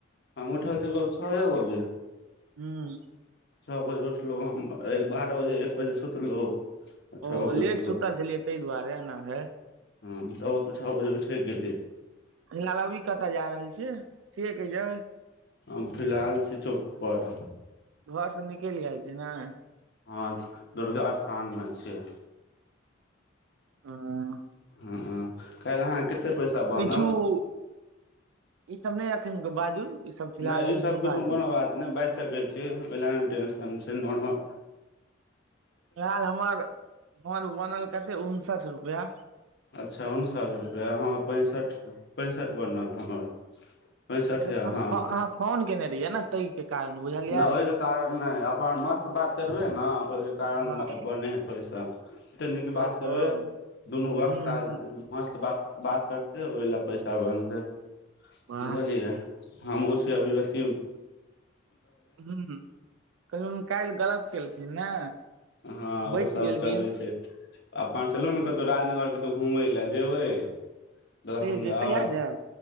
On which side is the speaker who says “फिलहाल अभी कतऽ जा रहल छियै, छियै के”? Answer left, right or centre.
Right